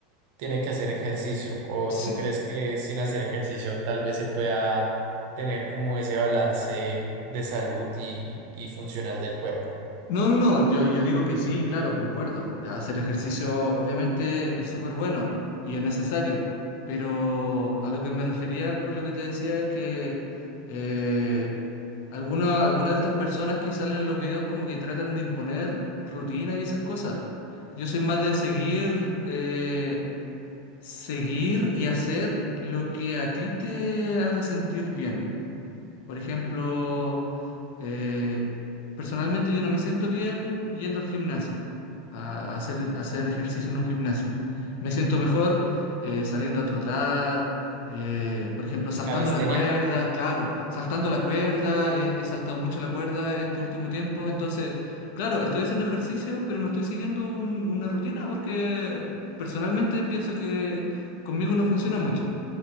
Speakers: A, on the right; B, on the left.
A: tiene que hacer ejercicio. ¿O
B: si-
A: tú crees que sin hacer ejercicio tal vez se pueda tener como ese balance de salud y, y funcional del cuerpo?
B: No, no, no, yo, yo digo que sí, claro, concuerdo. Hacer ejercicio obviamente es súper bueno y es necesario, pero a lo que me refería con lo que te decía es que eh, alguna- algunas de estas personas que salen en los videos como que tratan de imponer rutina y esas cosas. Yo soy más de seguir... eh, Seguir y hacer lo que a ti te haga sentir bien. Por ejemplo, eh, personalmente yo no me siento bien yendo al gimnasio, a hacer, a hacer ejercicio en un gimnasio. Me siento mejor eh, saliendo a trotar, eh, por ejemplo, saltando
A: Calistenia.
B: la cuerda, claro, saltando la cuerda, he, he saltado mucho la cuerda este último tiempo, entonces, claro, estoy haciendo ejercicio, pero no estoy siguiendo un- una rutina porque personalmente pienso que conmigo no funciona mucho.